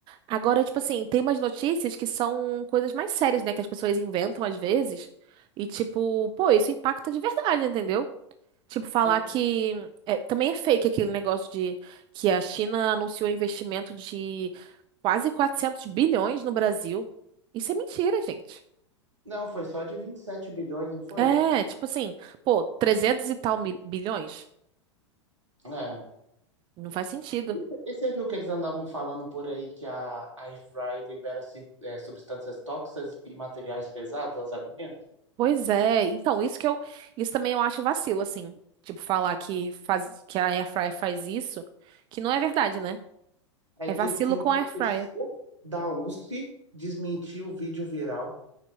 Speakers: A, on the right (about 30°); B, on the right (about 80°).
A: Agora, tipo assim, tem umas notícias que são coisas mais sérias, né? Que as pessoas inventam às vezes. E, tipo, pô, isso impacta de verdade, entendeu? Tipo, falar
B: Sim.
A: que. é, também é fake aquele negócio de que a China anunciou investimento de quase 400 bilhões no Brasil. Isso é mentira, gente.
B: Não, foi só de 27 bilhões, não foi?
A: É, tipo assim, pô, 300 e tal mil- bilhões?
B: É,
A: Não faz sentido.
B: E e você viu que eles andavam falando por aí que a Air Fry libera ci- é, substâncias tóxicas e materiais pesados aos alimentos?
A: Pois é, então isso que eu, isso também eu acho vacilo, assim, tipo falar que faz, que a Airfryer faz isso, que não é verdade, né?
B: Aí
A: É
B: teve
A: vacilo
B: que um
A: com
B: professor
A: a Airfryer.
B: da USP desmentir o vídeo viral